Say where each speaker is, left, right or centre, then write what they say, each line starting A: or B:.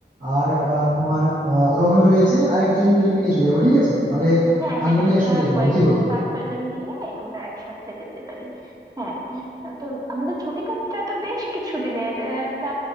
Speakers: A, on the right; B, on the right.
A: আর
B: হ্যাঁ
A: আহ, তোমার আহ, রোহন রয়েছে আর একজন দুজনকে নিয়ে চলে যাবো ঠিক আছে তাহলে
B: হ্যাঁ
A: আঞ্জন
B: হ্যাঁ
A: মিলে
B: আমরা
A: একসঙ্গে যেতে
B: কয়েকজন
A: পারি কি বলো
B: পাঁচ ছয় জন মিলে আমরা একসাথে যেতে পারি হ্যাঁ তো আমাদের ছুটিটা টা তো বেশ কিছু দিনের তা